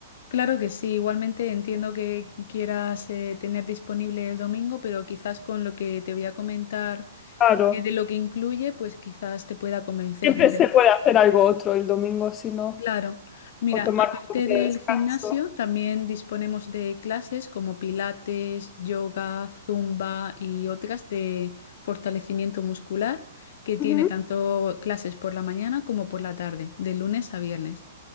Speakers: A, on the left (about 60°); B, on the left (about 25°).
A: Claro que sí, igualmente entiendo que quieras eh, tener disponible el domingo, pero quizás con lo que te voy a comentar
B: Claro,
A: eh, de lo que incluye, pues quizás te pueda convencer.
B: siempre
A: Mira,
B: se puede hacer algo otro el domingo, si no,
A: claro, mira,
B: o tomar
A: aparte
B: un día
A: del
B: de descanso.
A: gimnasio, también disponemos de clases como pilates, yoga, zumba y otras de fortalecimiento muscular, que tiene
B: Ujú.
A: tanto clases por la mañana como por la tarde, de lunes a viernes.